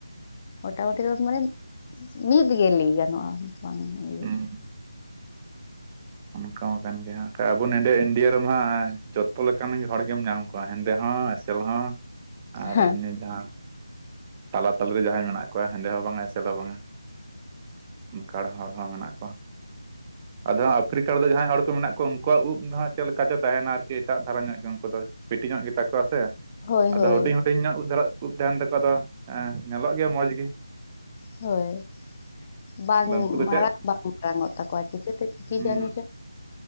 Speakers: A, on the left; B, on the right.
A: ᱢᱚᱴᱟ ᱢᱩᱴᱤ ᱫᱚ ᱢᱟᱱᱮ ᱢᱤᱫ ᱜᱮ ᱞᱟᱹᱭ ᱜᱟᱱᱚᱜᱼᱟ ᱵᱟᱝ ᱤᱭᱟᱹ
B: ᱦᱮᱸᱻ ᱚᱱᱠᱟ ᱠᱟᱱ ᱜᱮᱭᱟ ᱦᱟᱸᱜ ᱟᱵᱚ ᱱᱚᱰᱮ ᱤᱱᱰᱤᱭᱟ ᱨᱮᱢᱟᱸᱜ ᱡᱚᱛᱚ ᱞᱮᱠᱟᱱ ᱦᱚᱲ ᱜᱮᱢ ᱧᱟᱢ ᱠᱚᱣᱟ ᱦᱮᱸᱫᱮ ᱦᱚᱸ ᱮᱥᱮᱼᱼ <unintelligible> ᱟᱨ
A: ᱦᱮᱸ
B: ᱮᱢᱱᱤ ᱡᱟᱦᱟᱸ ᱛᱟᱞᱟ ᱛᱟᱞᱤ ᱨᱮ ᱡᱟᱦᱟᱸᱭ ᱢᱮᱱᱟᱜᱼᱼ ᱠᱩᱣᱟ ᱦᱮᱸᱫᱮ ᱦᱚᱸ ᱵᱟᱝ ᱟ ᱮᱥᱮᱞ ᱦᱚᱸ ᱵᱟᱝ ᱟ ᱚᱱᱠᱟ ᱦᱚᱲ ᱦᱚᱸ ᱢᱮᱱᱟᱜ ᱠᱚᱣᱟ᱾ ᱟᱫᱚ ᱟᱯᱷᱨᱤᱠᱟ ᱨᱮᱫᱚ ᱡᱟᱦᱟᱸᱭ ᱦᱚᱲ ᱠᱚ ᱢᱮᱱᱟᱜ ᱠᱚᱣᱟ ᱩᱱᱼᱼ ᱟᱠᱚᱣᱟᱜ ᱩᱵ ᱫᱚ ᱦᱟᱸᱜ ᱪᱮᱫ ᱞᱮᱠᱟ ᱪᱚ ᱛᱟᱦᱮᱱᱟ ᱟᱨᱠᱤ ᱮᱴᱟᱜ ᱫᱷᱟᱨᱟ ᱧᱚᱜ ᱜᱮ ᱩᱱᱠᱩ ᱫᱚ ᱯᱤᱴᱤ ᱧᱚᱜ ᱜᱮᱛᱟ ᱠᱚᱣᱟ ᱥᱮᱼᱼ
A: ᱦᱳᱭ
B: ᱟᱫᱚ
A: ᱦᱳᱭ
B: ᱦᱩᱰᱤᱧ ᱦᱩᱰᱤᱧ ᱧᱚᱜ ᱩᱵ ᱫᱷᱟᱨᱟ ᱩᱵ ᱛᱟᱦᱮᱱ ᱛᱟᱠᱚᱣᱟ ᱟᱫᱚ ᱧᱮᱞᱚᱜ ᱜᱮᱭᱟ ᱢᱚᱸᱡᱽ ᱜᱮᱼᱼ
A: ᱦᱳᱭ ᱵᱟᱝ
B: ᱟᱫᱚ ᱩᱱᱠᱩ ᱫᱚ
A: ᱢᱟᱲᱟᱝ
B: ᱪᱮᱫ
A: ᱵᱟᱝ ᱜᱟᱱᱚᱜ ᱛᱟᱠᱚᱣᱟ ᱪᱤᱠᱟᱹᱛᱮ ᱪᱤᱠᱤ
B: ᱦᱩᱸ
A: ᱡᱟᱱᱤ ᱪᱚ